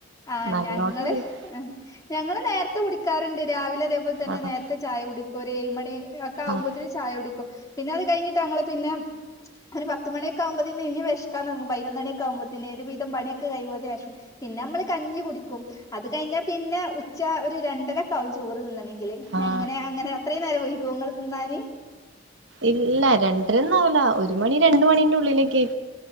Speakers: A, on the left; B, on the right.
A: ആ
B: നല്ലോണം
A: ഞങ്ങള്
B: വൈകി
A: ഞങ്ങള് നേ ത് കുടിക്കാറുണ്ട് രാവിലെ അതേപോലെ തന്നെ
B: ആണോ
A: നേരത്തെ ചായ കുടി ഒരേഴ് മണികേ ആക്ക ആവുമ്പത്തിന്
B: ആഹ്
A: ചായ കുടി പിന്നെ അത് കഴിഞ്ഞിട്ട് അങ്ങള് പിന്നെ ഒരു പത്ത് മണിക്കെ ആവുമ്പോ പിനിം വേഷക്കാൻ തുടങ്ങും പതിനൊന്ന് മണിക്കൊ ആകുമ്പോതിന് ഒരു വിധം പണിയൊക്കെ കഴിയ്മ്പോതിന് പിന്നെ നമ്മള് കഞ്ഞി കുടിക്കും അത് കഴിഞ്ഞാ പിന്നെ ഉച്ച ഒരു രണ്ടരക്ക ആവും ചോറ് തിന്നണെങ്കി
B: ആഹ്
A: എങ്ങനെ അങ്ങനെ അത്രയും നേരം വൈകോ ഇങ്ങള് തിന്നാന്
B: ഇല്ല രണ്ടരെന്നും ആവൂല്ല ഒരു മണി രണ്ട് മണീന്റെ ഉള്ളിലൊക്കെ